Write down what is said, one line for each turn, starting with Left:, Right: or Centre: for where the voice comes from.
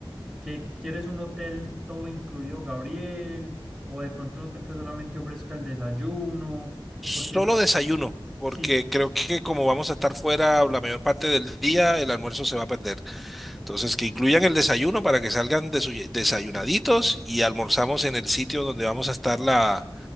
Right: ¿Qué- quieres un hotel todo incluido, Gabriel? O de pronto un hotel que solamente ofrezca el desayuno,
Centre: Solo
Right: porque pa-
Centre: desayuno, porque
Right: sí,
Centre: creo que como vamos a estar fuera la mayor parte del día, el almuerzo se va a perder. Entonces, que incluyan el desayuno para que salgan desu- desayunaditos y almorzamos en el sitio donde vamos a estar la,